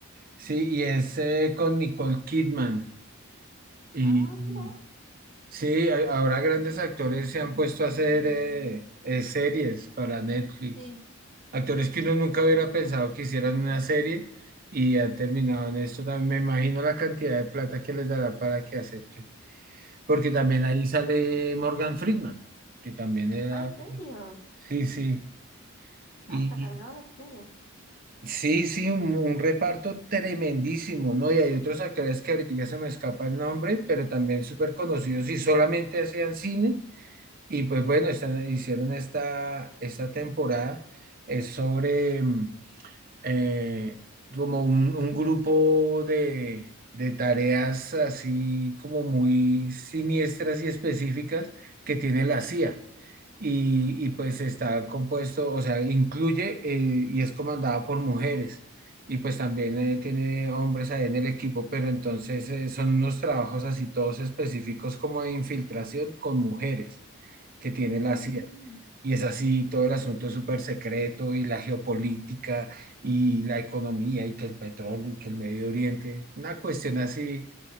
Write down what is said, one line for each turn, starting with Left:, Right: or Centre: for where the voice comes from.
Right: Sí, y es eh, con Nicole Kidman. Y
Left: Ah,
Right: mm,
Left: mira.
Right: sí, a- ahora grandes actores se han puesto a hacer eh, eh, series para Netflix.
Left: Sí.
Right: Actores que uno nunca hubiera pensado que hicieran una serie y han terminado en esto. También me imagino la cantidad de plata que les dará para que acepten. Porque también ahí sale Morgan Freeman, que también era...
Left: Ah, ¿en serio?
Right: Sí,
Left: Ah,
Right: sí.
Left: está cargado de estrellas.
Right: Sí, sí, un, un reparto tremendísimo, ¿no? Y hay otros actores que ahorita ya se me escapa el nombre, pero también súper conocidos y solamente hacían cine. Y pues bueno, están, hicieron esta, esta temporada, es sobre mm, eh, como un, un grupo de, de tareas así como muy siniestras y específicas que tiene la CIA y, y, pues está compuesto, o sea, incluye eh, y es comandada por mujeres y pues también eh, tiene hombres ahí en el equipo, pero entonces eh, son unos trabajos así todos específicos como de infiltración con mujeres que tiene la
Left: Mm.
Right: CIA. Y es así todo el asunto es súper secreto y la geopolítica y la economía y que el petróleo y que el Medio Oriente, una cuestión así